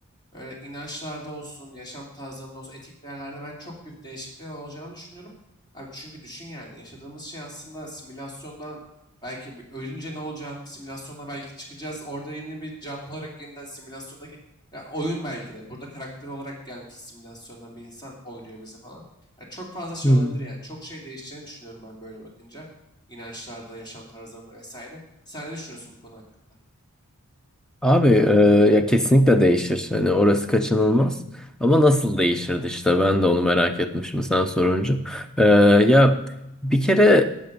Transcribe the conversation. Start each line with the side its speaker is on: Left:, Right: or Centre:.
Left: Böyle inançlarda olsun, yaşam tarzlarında olsun, etik değerlerde ben çok büyük değişiklikler olacağını düşünüyorum. Abi çünkü düşün yani yaşadığımız şey aslında simülasyondan belki bir- ölünce ne olacağını simülasyonda belki çıkacağız. Orada yeni bir canlı olarak yeniden simülasyondaki ya oyun belki de. Burada karakter olarak gelmiş simülasyondan bir insan oynuyor bize falan. Ya çok fazla şey
Centre: hı.
Left: olabilir yani. Çok şey değişeceğini düşünüyorum ben böyle bakınca. İnançlarda, yaşam tarzlarında vesaire. Sen ne düşünüyorsun bu konu hakkında?
Centre: Abi e, ya kesinlikle değişir. Hani orası kaçınılmaz. Ama nasıl değişirdi işte ben de onu merak etmişim sen sorunca. E, ya bir kere